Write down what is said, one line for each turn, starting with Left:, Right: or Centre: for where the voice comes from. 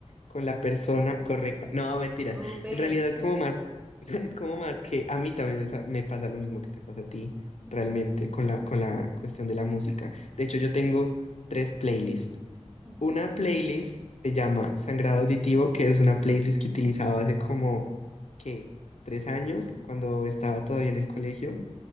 Left: con la persona correcta. No, mentiras.
Right: Súper.
Left: En realidad es como más, <laughs> es como más que a mí también me, sa- me pasa lo mismo que te pasa a ti,
Right: Ujú.
Left: realmente, con la, con la cuestión de la música. De hecho, yo tengo tres playlists.
Right: Oh,
Left: Una playlist se
Right: ujú,
Left: llama Sangrado Auditivo, que es una playlist que utilizaba hace como, ¿qué? Tres años, cuando estaba todavía en el colegio